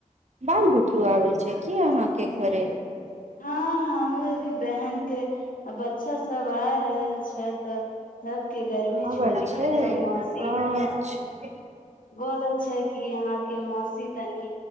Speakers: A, on the right; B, on the left.
A: बाल बुतरू आबल छै की अहाँके घरे
B: हाँ बहन के बच्चा सब आ रहल छै तऽ सब के गर्मी
A: आबल
B: छुट्टी
A: छै
B: मे तऽ मौसी
A: अच्छा
B: बोलल छै कि अहाँके मौसी तनि